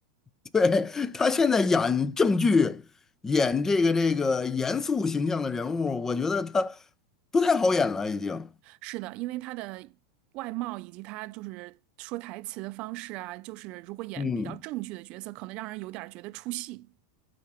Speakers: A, on the left; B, on the right.
A: <laughs> 对，他现在演正剧，演这个这个严肃形象的人物，我觉得他不太好演了，已经。
B: 是的，因为他的外貌以及他就是说台词的方式啊，就是如果演比较正剧的角色，
A: 嗯，
B: 可能让人有点儿觉得出戏。